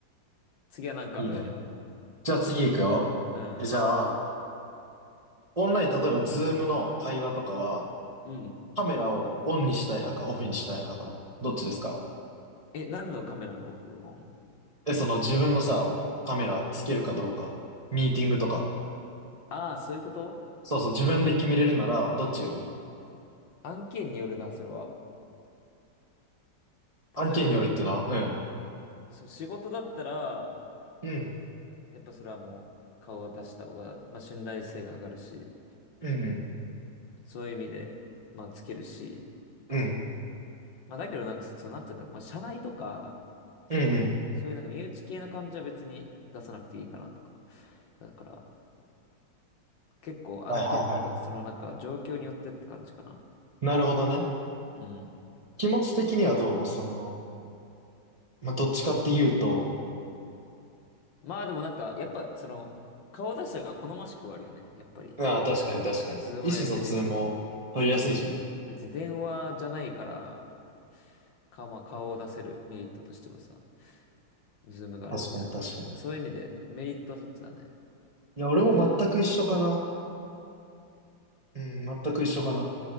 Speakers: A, on the left (about 75°); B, on the right (about 35°).
A: 次は何かある
B: いいね。じゃあ次行くよ。
A: うん。
B: え、じゃあ、オンライン、例えばズームの会話とかは、
A: うん。
B: カメラをオンにしたい派かオフにしたい派か、どっちですか
A: え、何のカメラのオフオン
B: え、その自分のさ、カメラつけるかどうか、ミーティングとか、
A: ああそういうこと
B: そうそう、自分で決めれるなら、どっちがいい
A: 案件によるな、それは。
B: 案件によるっていうのは、
A: 例えばなんか、
B: うん。
A: その仕事だったら、
B: うん、
A: やっぱそれはもう顔を出した方が、まあ信頼性が上がるし、
B: うん、うん、
A: そういう意味で、まあつけるし、
B: うん、
A: まあだけどなんか、そうなって言うんだろう、まあ社内とか、
B: うん、うん。
A: そういうなんか身内系の感じは別に出さなくていいかなとか。だから、結構案件とか、
B: はいはいは
A: そのなんか状況によってって感じかな。
B: い。なるほどね。
A: うん。
B: 気持ち的にはどうその、まあ、どっちかっていうと、
A: まあでもなんか、やっぱその、顔出した方が好ましくはあるよね。やっぱり。
B: ああ、確かに確かに。
A: ズームをやってる以上。
B: 意思疎通も取りやすいしね。
A: そうそう。別に電話じゃないから、か、まあ顔を出せるメリットとしてはさ、ズームがあるわけだから。
B: 確かに確かに。
A: そういう意味でメリットはそっちだね。
B: いや、俺も全く一緒かな。
A: ど
B: うん、全く一緒かな。